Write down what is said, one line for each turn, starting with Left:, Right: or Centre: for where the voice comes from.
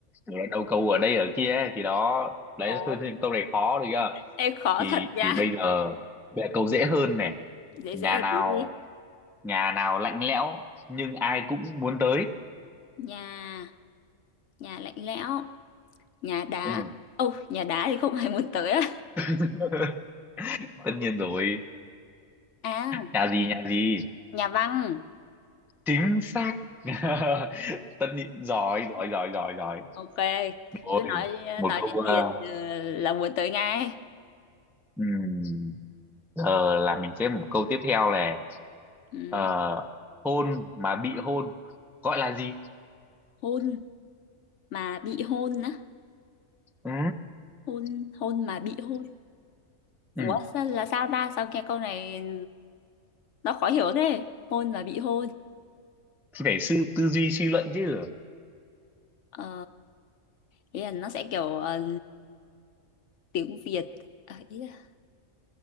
Centre: kiểu là đầu cầu ở đây ở kia ấy, thì đó đấy
Left: ồ
Centre: thôi thì câu này khó được chưa
Left: <laughs> em khó
Centre: thì
Left: thật nha
Centre: thì bây giờ bây giờ câu dễ hơn này
Left: dễ
Centre: nhà
Left: dễ
Centre: nào
Left: tí đi
Centre: nhà nào lạnh lẽo nhưng ai cũng muốn tới
Left: nhà nhà lạnh lẽo nhà đá
Centre: ừ.
Left: ô nhà đá thì không ai muốn tới á
Centre: <laughs> tất nhiên rồi
Left: à
Centre: nhà gì nhà gì
Left: nhà văn
Centre: chính xác <laughs> tất nhiên giỏi giỏi giỏi giỏi giỏi
Left: ok
Centre: rồi
Left: cứ nói
Centre: một
Left: nói
Centre: câu
Left: đến
Centre: ờ,
Left: tiền ờ, là muốn tới ngay
Centre: ừm, giờ là mình sẽ một câu tiếp theo này
Left: ừ.
Centre: Ờ, hôn mà bị hôn gọi là gì
Left: hôn mà bị hôn á
Centre: ừ,
Left: hôn hôn mà bị hôn ủa
Centre: ừ.
Left: sao, là sao ta sao nghe câu này ừ, nó khó hiểu thế hôn mà bị hôn
Centre: thì phải sư tư duy suy luận chứ
Left: ờ ý là nó sẽ kiểu ờ, tiếng Việt Ờ, ý là